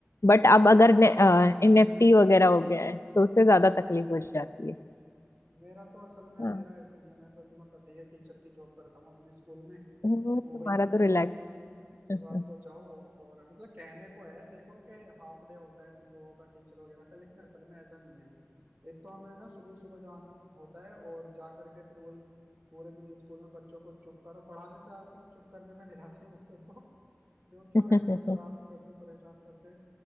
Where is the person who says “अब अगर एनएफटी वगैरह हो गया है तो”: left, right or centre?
Left